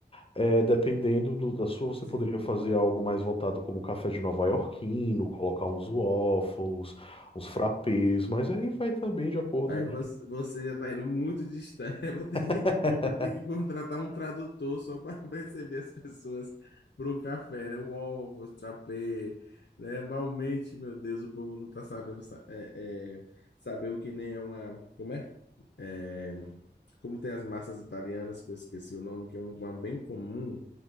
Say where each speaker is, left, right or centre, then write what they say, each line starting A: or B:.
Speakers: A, on the left; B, on the left.
A: É, dependendo do- da sua, você
B: Sim.
A: poderia fazer algo mais voltado como café de nova iorquino, colocar uns waffles, uns frappés, mas aí vai também de acordo
B: Aí você, você já está indo muito distante. <laughs> Eu vou ter
A: <laughs> da-
B: que, eu vou ter que contratar um tradutor só para <laughs> receber as pessoas para o café, né? O ovo, o trapé, né? Malmente, meu Deus, o povo não está sabendo sa- é, é, saber o que nem é uma. Como é? É, Como tem as massas italianas, que eu esqueci o nome, que é um, uma bem comum.